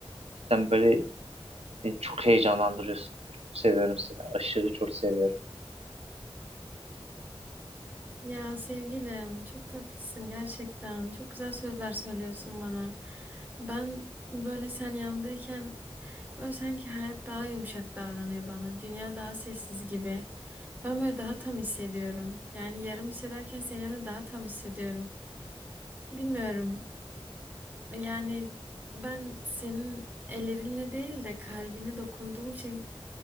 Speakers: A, on the right; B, on the right.
A: cidden böyle beni çok heyecanlandırıyorsun. Çok seviyorum seni. Aşırı çok seviyorum.
B: Ya sevgilim çok tatlısın gerçekten. Çok güzel sözler söylüyorsun bana. Ben böyle sen yanındayken böyle sanki hayat daha yumuşak davranıyor bana. Dünya daha sessiz gibi. Ben böyle daha tam hissediyorum. Yani yarım hissederken senin yanında daha tam hissediyorum. Bilmiyorum. Yani ben senin ellerinle değil de kalbine dokunduğum için